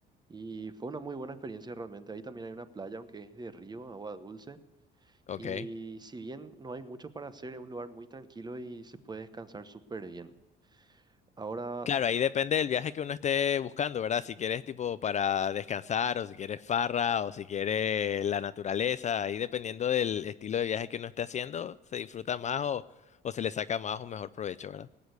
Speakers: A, on the right; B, on the left.
A: Y fue una muy buena experiencia realmente. Ahí también hay una playa, aunque es de río, agua dulce.
B: Ok.
A: Y si bien no hay mucho para hacer, es un lugar muy tranquilo y se puede descansar súper bien. Ahora,
B: Claro, ahí depende del viaje que uno esté buscando, ¿verdad? Si quieres tipo para descansar o si quieres farra o si quieres la naturaleza, ahí dependiendo del estilo de viaje que uno esté haciendo, se disfruta más o, o se le saca más o mejor provecho, ¿verdad?